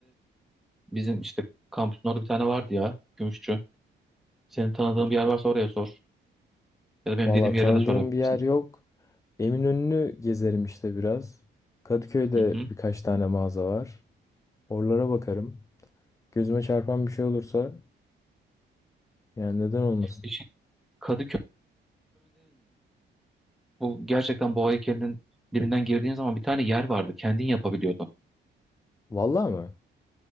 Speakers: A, in the centre; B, on the left.
A: bizim işte kampüsün orada bir tane vardı ya. Gümüşçü. Senin tanıdığın bir yer varsa oraya sor. Ya da benim
B: Valla
A: dediğim yere
B: tanıdığım
A: de sorabilirsin.
B: bir yer yok. Eminönü'nü gezerim işte biraz. Kadıköy'de
A: Hı hı.
B: birkaç tane mağaza var. Oralara bakarım. Gözüme çarpan bir şey olursa yani neden olmasın?
A: E şey, Kadıköy'de bu gerçekten boğa heykelinin dibinden girdiğin zaman bir tane yer vardı. Kendin yapabiliyordun.
B: Valla mı?